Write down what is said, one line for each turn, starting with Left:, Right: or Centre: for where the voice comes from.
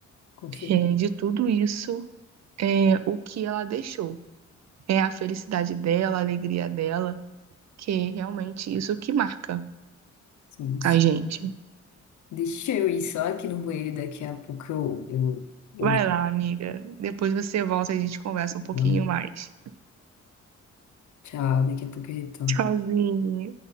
Left: Confesso.
Right: é, de tudo isso, é o que ela deixou. é a felicidade dela, a alegria dela, que é realmente isso que marca
Left: Sim.
Right: a gente.
Left: Deixa eu ir só aqui no banheiro e daqui a pouco eu, eu,
Right: Vai lá, amiga. Depois você volta e a gente conversa um pouquinho
Left: eu...
Right: mais.
Left: Tchau, daqui a pouco eu retorno.
Right: Tchauzinho.